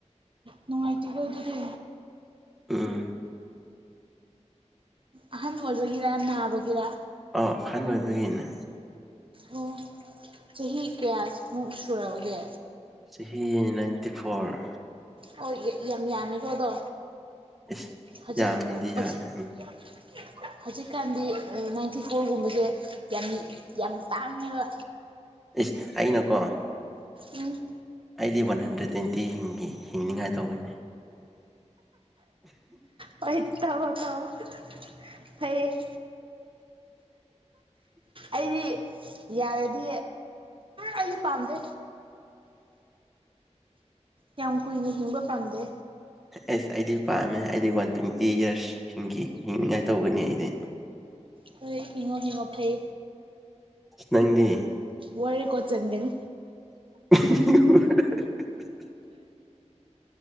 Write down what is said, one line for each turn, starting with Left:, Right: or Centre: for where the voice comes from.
Right: ꯅꯨꯡꯉꯥꯏꯇꯦꯀꯣ ꯑꯗꯨꯗꯤ
Centre: ꯎꯝ
Right: ꯑꯍꯟ ꯑꯣꯏꯕꯒꯤꯔ ꯅꯥꯕꯒꯤꯔ
Centre: ꯑꯥ ꯑꯍꯟ ꯑꯣꯏꯕꯒꯤꯅꯦ
Right: ꯑꯣ ꯆꯍꯤ ꯀꯌꯥꯃꯨꯛ ꯁꯨꯔꯕꯒꯦ
Centre: ꯆꯍꯤ ꯅꯥꯏꯟꯇꯤ ꯐꯣꯔ
Right: ꯍꯣꯏ ꯌꯥꯝ ꯌꯥꯃꯦꯀꯣ ꯑꯗꯣ
Centre: ꯏꯁ
Right: ꯍꯧꯖꯤꯛ
Centre: ꯌꯥꯝꯗꯤ
Right: ꯍꯧꯖꯤꯛ
Centre: ꯌꯥꯝꯃꯦ ꯎꯝ
Right: <unintelligible> ꯍꯧꯖꯤꯛꯀꯥꯟꯗꯤ ꯅꯥꯏꯟꯇꯤ ꯐꯣꯔꯒꯨꯝꯕꯁꯦ ꯌꯥꯝ ꯌꯥꯝ ꯇꯥꯡꯉꯦꯕ
Centre: ꯏꯁ ꯑꯩꯅꯀꯣ
Right: ꯎꯝ
Centre: ꯑꯩꯗꯤ ꯋꯥꯟ ꯍꯟꯗ꯭ꯔꯦꯠ ꯇ꯭ꯋꯦꯟꯇꯤ ꯍꯤꯡꯅꯤꯉꯥꯏ ꯇꯧꯕꯅꯦ
Right: ꯍꯣꯏ ꯇꯧꯋꯣ ꯇꯧꯌꯣ ꯐꯩꯌꯦ ꯑꯩꯗꯤ ꯌꯥꯔꯗꯤ ꯑꯩꯗꯤ ꯄꯥꯝꯗꯦ ꯌꯥꯝ ꯀꯨꯏꯅ ꯍꯤꯡꯕ ꯄꯥꯝꯗꯦ
Centre: ꯑꯦꯁ ꯑꯩꯗꯤ ꯄꯥꯝꯃꯦ ꯑꯩꯗꯤ ꯋꯥꯟ ꯇ꯭ꯋꯦꯟꯇꯤ ꯏꯌꯥꯔꯁ ꯍꯤꯡꯈꯤ ꯍꯤꯡꯅꯤꯉꯥꯏ ꯇꯧꯕꯒꯅꯤ ꯑꯩꯗꯤ
Right: ꯐꯩ ꯍꯤꯡꯉꯣ ꯍꯤꯡꯉꯣ ꯐꯩ
Centre: ꯅꯪꯗꯤ
Right: ꯋꯥꯔꯜ ꯔꯦꯀꯣꯠ ꯆꯟꯒꯅꯤ
Centre: <unintelligible>